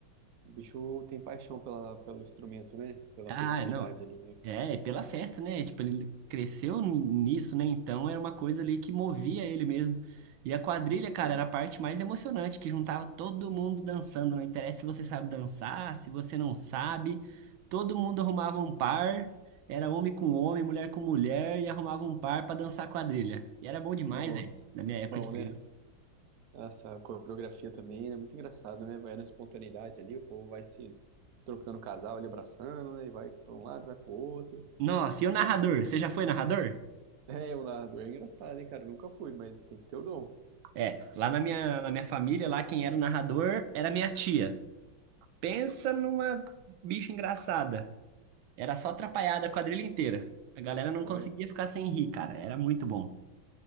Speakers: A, on the right; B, on the right.
A: O bicho tem paixão pela, pelo instrumento, né? Pela
B: Ah,
A: festividade
B: não.
A: ali, né?
B: É, é pela festa, né? Tipo, ele cresceu nisso, né? Então era uma coisa ali que movia ele mesmo. E a quadrilha, cara,
A: Pô,
B: era a parte mais emocionante, que juntava todo mundo dançando. Não interessa se você sabe dançar, se você não sabe. Todo mundo arrumava um par. Era homem com homem, mulher com mulher, e arrumava um par pra dançar quadrilha. E era bom demais,
A: Nossa,
B: velho, na minha época
A: bom,
B: de criança.
A: né? Essa coreografia também né muito engraçado, né? Vai na espontaneidade ali, o povo vai se trocando casal, ali abraçando, né? E vai para um lado, vai pro outro. <laughs>
B: Nossa, e o narrador? Você já foi narrador?
A: É, o narrador é engraçado, hein, cara? Nunca fui, mas tem que ter o dom.
B: É, lá na minha, na minha família, lá quem era o narrador era minha tia. Pensa numa bicha engraçada. Era só atrapalhada a quadrilha inteira. A galera não
A: Olha,
B: conseguia ficar sem rir, cara. Era muito bom.